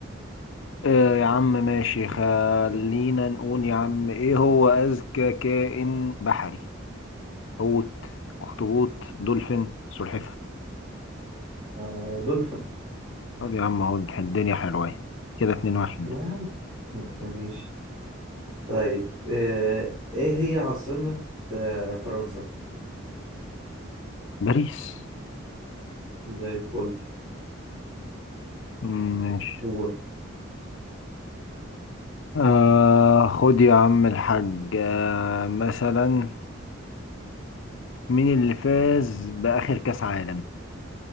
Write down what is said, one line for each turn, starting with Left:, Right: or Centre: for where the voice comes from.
Left: آه يا عم ماشي خلينا نقول يا عم ايه هو اذكى كائن بحري حوت اخطبوط دولفين سلحفاة
Right: آه دولفين
Left: طب يا عم اهو الدنيا حلوة أهي. كده اتنين واحد
Right: ما يا عم ماشي طيب آه ايه هي عاصمة آه فرنسا
Left: باريس
Right: زي الفل
Left: مم، ماشي
Right: هو
Left: آه خد يا عم الحاج آه مثلا مين اللي فاز بآخر كأس عالم